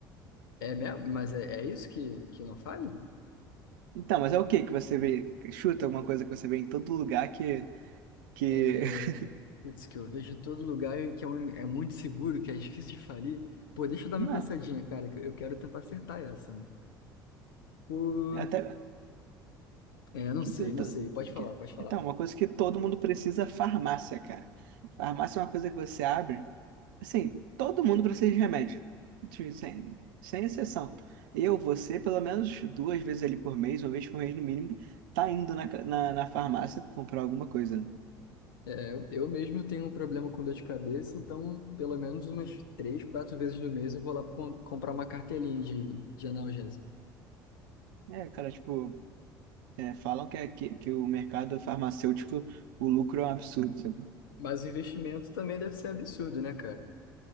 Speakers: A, on the left (about 75°); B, on the right (about 70°).
A: é mesmo? Mas é, é isso que, que não falha?
B: Então, mas é o que que você vê? Chuta alguma coisa que você vê em todo lugar que... que...
A: É,
B: <laughs>
A: putz, que eu vejo em todo lugar e que é, um- é muito seguro, que é difícil de falir. Pô, deixa eu dar
B: Não,
A: uma pensadinha, cara, que eu quero tentar acertar essa, né? Pô,
B: até...
A: é, não
B: Que
A: sei,
B: tu- tu-
A: não sei. Pode falar,
B: que-
A: pode falar.
B: Então, uma coisa que todo mundo precisa é farmácia, cara. Farmácia é uma coisa que você abre. Assim, todo mundo precisa de remédio. De- Sem, sem exceção. Eu, você, pelo menos duas vezes ali por mês, uma vez por mês no mínimo, tá indo na, ca- na, na farmácia pra comprar alguma coisa, né?
A: É, eu eu mesmo tenho um problema com dor de cabeça, então pelo menos umas três, quatro vezes no mês eu vou lá com- comprar uma cartelinha de, de analgésico.
B: É, cara, tipo, é, falam que, é- que, que o mercado farmacêutico, o lucro é um absurdo, sabe?
A: Mas o investimento também deve ser absurdo, né, cara?